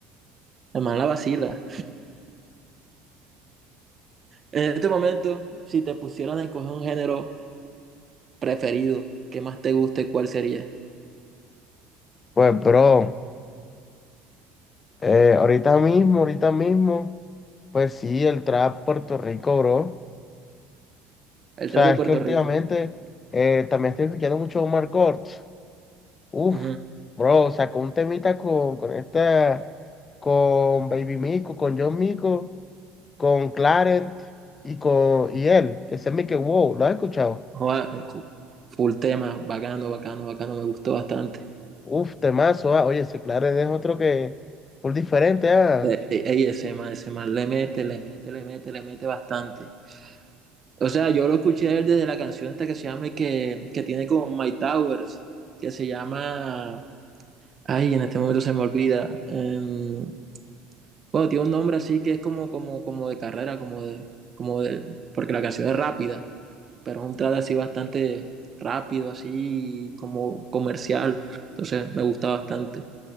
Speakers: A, on the right; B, on the left.
A: además la vacila. En este momento, si te pusieran a escoger un género preferido, que más te guste, ¿cuál sería?
B: Pues, bro, eh, ahorita mismo, ahorita mismo, pues sí, el trap Puerto Rico, bro.
A: El
B: O sea,
A: trap de
B: es
A: Puerto
B: que últimamente
A: Rico.
B: eh, también estoy escuchando mucho Omar Courtz. Uf,
A: Ujú.
B: bro, sacó un temita con, con esta, con Baby Mico, con John Mico, con Clarent y con y él, que se me que wow, ¿lo has escuchado?
A: Joda, eh, cu- Full tema, bacano, bacano, bacano, me gustó bastante.
B: Uf, temazo, ah. Oye, ese Claret es otro que full diferente, ah.
A: Eh, eh, ey, ese man, ese man le mete, le mete, le mete, le mete bastante. O sea, yo lo escuché desde la canción esta que se llama, que, que tiene con My Towers, que se llama, ay, en este momento se me olvida. Em, bueno, tiene un nombre así que es como, como, como de carrera, como de, como de, porque la canción es rápida, pero es un trad así bastante rápido, así como comercial. Entonces me gusta bastante.